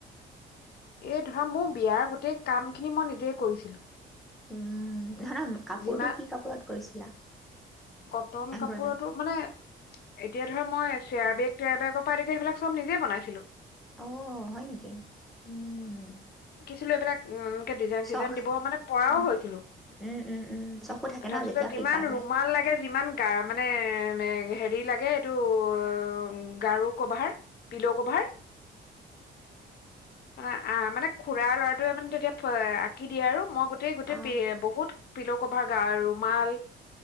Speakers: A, on the left; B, in the centre.
A: এই ধৰা মোৰ বিয়াৰ গোটেই কামখিনি মই নিজেই কৰিছিলোঁ।
B: উম। ধৰা, কাপোৰটো
A: যিমান
B: কি কাপোৰত কৰিছিলা?
A: কটন
B: এম্ব্ৰইডাৰী
A: কাপোৰতো, মানে এতিয়া ধৰা মই চিয়াৰ বেগ টিয়াৰ বেগৰ পৰা আদি কৰি সবিলাক চব নিজে বনাইছিলো।
B: অ' হয় নেকি উম
A: ছিলো এইবিলাক দিজাইন চিজাইন
B: চখ
A: দিব মানে পৰাও
B: উম
A: হৈছিলো।
B: উম উম উম চখো থাকে
A: তাৰপিছতে
B: ন যেতিয়া
A: যিমান
B: শিকা যায়
A: ৰুমাল লাগে ইমান গা মানে হেৰি লাগে এইটো অ' গাৰু কভাৰ বিল কভাৰ, মানে আহ মানে খুৰাৰ লৰা তোৱে মানে তেতিয়া আঁকি দিয়ে আৰু, মই গোটেই গোটেই পি
B: অঁ
A: বহুত পি'ল কভাৰ, গা ৰুমাল